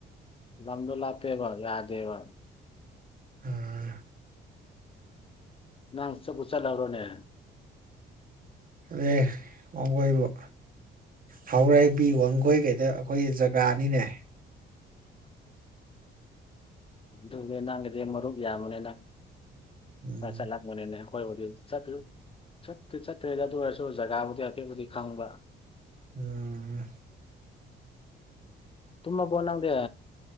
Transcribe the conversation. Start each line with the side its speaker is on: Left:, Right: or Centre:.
Left: ꯗꯜꯂꯞ ꯄꯦꯕ ꯌꯥꯗꯦꯕ
Right: ꯑꯥ
Left: ꯅꯪ ꯆꯠꯄ ꯆꯠꯍꯧꯔꯣꯅꯦ
Right: ꯑꯗꯦ ꯋꯥꯡ ꯑꯣꯏꯕ ꯍꯥꯎꯔꯥꯏꯕꯤ ꯋꯥꯡꯒꯣꯏ ꯀꯩꯗ ꯑꯩꯈꯣꯏ ꯖꯒꯥꯅꯤꯅꯦ
Left: ꯑꯗꯨ ꯅꯪꯒꯗꯤꯦ ꯃꯔꯨꯞ ꯌꯥꯌꯥ ꯑꯃꯣꯅꯦ ꯅꯪ
Right: ꯎꯝ
Left: ꯍ ꯆꯂꯥꯛ ꯃꯅꯤꯅꯦ ꯍꯣꯏꯕꯨꯗꯤ ꯆꯠꯇ꯭ꯔ ꯆꯠꯇꯔꯤ ꯆꯠꯇ꯭ꯔꯦꯗꯤ ꯑꯗꯨ ꯑꯣꯏꯔꯁꯨ ꯖꯒꯥꯕꯨꯗꯤ ꯑꯐꯦꯠꯄꯨꯗꯤ ꯈꯪꯕ
Right: ꯎꯝ
Left: ꯇꯨꯝꯃ ꯐꯅ ꯍꯧꯒ